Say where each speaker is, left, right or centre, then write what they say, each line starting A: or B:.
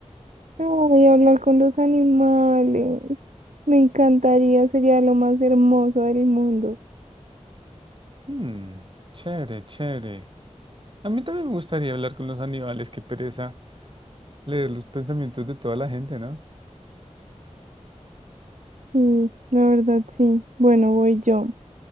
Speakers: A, on the right; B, on the right.
A: <laughs> Ay, hablar con los animales, me encantaría, sería lo más hermoso del mundo.
B: Hmm, chévere, chévere. A mí también me gustaría hablar con los animales, qué pereza leer los pensamientos de toda la gente, ¿no?
A: Sí, la verdad, sí. Bueno, voy yo.